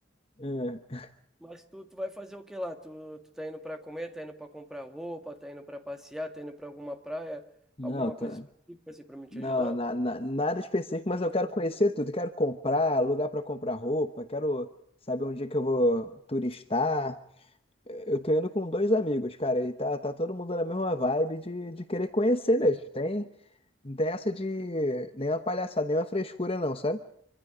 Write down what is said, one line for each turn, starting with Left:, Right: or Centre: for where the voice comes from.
Left: É.
Centre: Mas tu, tu vai fazer o que lá? Tu, tu tá indo pra comer, tá indo pra comprar roupa, tá indo pra passear, tá indo pra alguma praia,
Left: Não,
Centre: alguma
Left: tá.
Centre: coisa específica assim pra me te
Left: Não,
Centre: ajudar?
Left: na- na- nada específico, mas eu quero conhecer tudo. Eu Quero comprar, lugar para comprar roupa, quero saber onde é que eu vou turistar. Eu tô indo com dois amigos, cara, e tá, tá todo mundo na mesma vibe de, de querer conhecer mesmo. Tem, não tem essa de nenhuma palhaçada, nenhuma frescura, não, sabe?